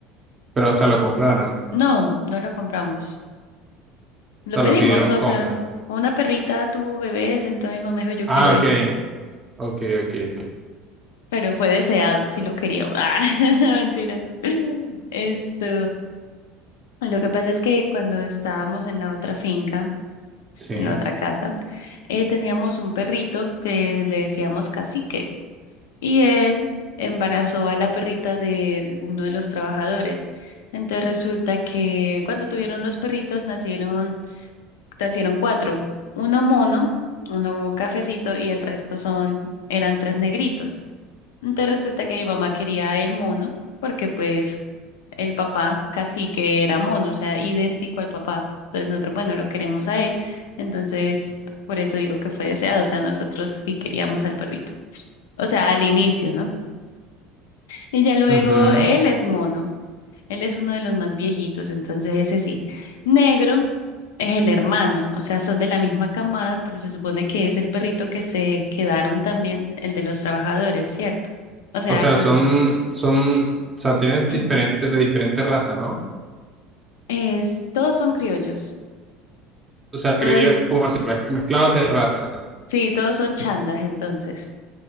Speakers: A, on the right; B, on the left.
A: Pero, o sea, lo compraron. O
B: No, no lo compramos. Lo
A: sea,
B: pedimos,
A: lo pidieron
B: o
A: como.
B: sea, una perrita tuvo bebés, entonces mi mamá dijo, yo
A: Ah,
B: quiero este.
A: ok. Ok, ok, ok.
B: pero fue deseado, sí lo quería. <laughs> Ah, mentiras. Esto, lo que pasa es que cuando estábamos en la otra finca,
A: Sí.
B: en la otra casa, eh, teníamos un perrito que le decíamos Cacique y él embarazó a la perrita de uno de los trabajadores. Entonces resulta que cuando tuvieron los perritos nacieron, nacieron cuatro, uno mono, uno cafecito y el resto son, eran tres negritos. Entonces resulta que mi mamá quería el mono, porque pues el papá casi que era mono, o sea, idéntico al papá. Entonces nosotros, bueno, lo queremos a él, entonces por eso digo que fue deseado, o sea, nosotros sí queríamos al perrito. O sea, al inicio, ¿no? Y ya luego
A: Ujú.
B: él es mono, él es uno de los más viejitos, entonces ese sí. Negro es el hermano, o sea, son de la misma camada, pero se supone que es el perrito que se quedaron también, el de los trabajadores, ¿cierto? O sea,
A: O sea,
B: con...
A: son, son, o sea, tienen
B: <clears throat>
A: diferentes, de diferentes razas, ¿no?
B: Es, todos son criollos,
A: O sea, creo
B: todos,
A: yo como así, mez- mezclados de raza.
B: sí, todos son chandas entonces.